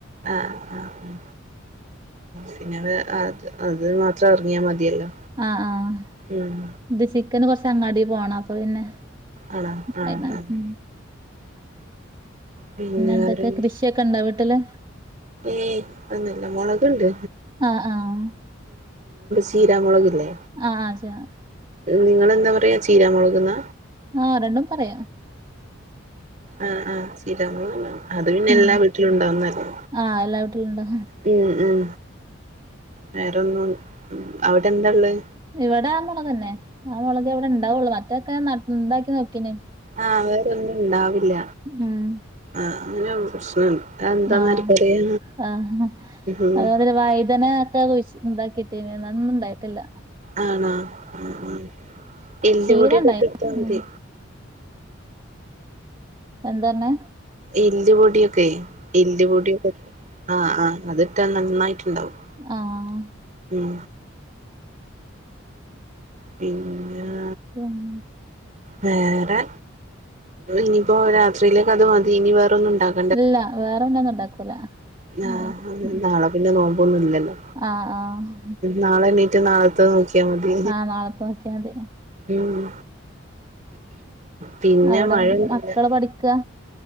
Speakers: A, on the right; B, on the right.
A: ആഹ് ആഹ് പിന്നെ അത് അത് മാത്രം ഇറങ്ങിയാൽ മതിയല്ലോ
B: ആഹ് ആഹ്
A: ഉം
B: ഇത് ചിക്കന് കൊറച്ച് അങ്ങാടി പോണം അപ്പൊ പിന്നെ
A: ആണോ ആഹ്
B: അയിന്
A: ആഹ്
B: ഉം
A: പിന്നെ
B: എന്തൊക്കെ
A: വറെ
B: കൃഷിയൊക്കെ ഇണ്ടോ വീട്ടില്
A: ഏയ് ന്നുല്ല മുളക്ണ്ട്
B: ആഹ് ആഹ്
A: ചീരാമുളകല്ലേ
B: ആഹ് ചീ
A: നിങ്ങളൾന്താ പറയ ചീര മുളക് ന്ന
B: ആഹ് രണ്ടും പറയാ
A: ആഹ് ആഹ് ചീരാമുളക് അത് പിന്ന
B: ഉം
A: എല്ലാ വീട്ടിലും ഉണ്ടാവുന്നല്ലേ
B: ആഹ് എല്ലാ വീട്ടിലും ഉണ്ടാ
A: മം മം വേറെന്നും അവിടെ എന്താള്ളെ
B: ഇവടെ ആ മോളകന്നെ ആ മോളക് വിടെ ഇണ്ടാവാള്ളു മറ്റൊക്കെ ഞാൻ ന ണ്ടാക്കി നോക്കിന്
A: ആഹ് വേറെന്നും ഉണ്ടാവില്ല
B: ഉം
A: ആഹ് അങ്ങനെ പ്രശ്നണ്ട് അതെന്താന്ന്
B: ആഹ്
A: ആർക്കറിയാ
B: ആഹ്
A: ഉം
B: അത് പോലെ വൈതന ക്കെ കുഴി ഇണ്ടാക്കിട്ടിനി അന്നും ണ്ടായിട്ടില്ല
A: ആണോ മം മം എല്ല്
B: ചീര
A: പൊടി യൊക്കെ
B: ഇണ്ടായി
A: ഇട്ട് കൊടുത്താ മതി
B: ഉം എന്താർഞ്ഞെ
A: എല്ല് പൊടിയൊക്കെ എല്ല് പൊടിയൊക്കെ ആഹ് ആഹ് അത്ട്ടാ നന്നായിട്ട് ണ്ടാവും
B: ആഹ്
A: ഉം പിന്നാ
B: ആഹ് <unintelligible>
A: വേറെ ഇനിയിപ്പോ രാത്രിയിലേക് അത് മതി ഇനി വേറൊന്നും ഇണ്ടാക്കു
B: ഇല്ല വേറെന്നും ഉണ്ടാക്കൂല
A: ആഹ്
B: മതി ഉം
A: നാളെ പിന്നെ നോമ്പോന്നും ഇല്ലല്ലോ
B: ആഹ് ആഹ്
A: നാളെ എണ്ണീറ്റ് നാളത്തെ നോക്കിയാ മതി
B: ആഹ് നാളത്തെ നോക്കിയാ മതി
A: മം പിന്നെ
B: അവിടെ
A: മഴയൊന്നുല്ല
B: മക്കള് പഠിക്കാ